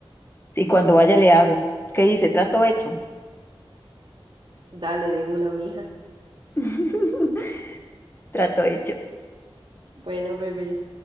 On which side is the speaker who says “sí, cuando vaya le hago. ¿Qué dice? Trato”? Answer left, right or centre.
Left